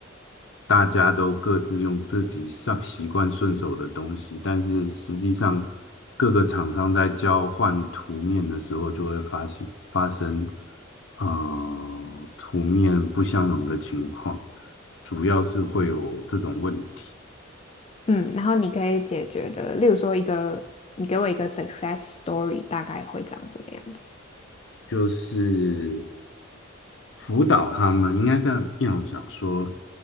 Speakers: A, on the left; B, on the left.
A: 大家都各自用自己上习惯顺手的东西，但是实际上各个厂商在交换图面的时候，就会发现发生呃图面不相容的情况，主要是会有这种问题。
B: 嗯，然后你可以解决的，例如说一个，你给我一个 success story，大概会长什么样子？
A: 就是辅导他们，应该这样这样讲说，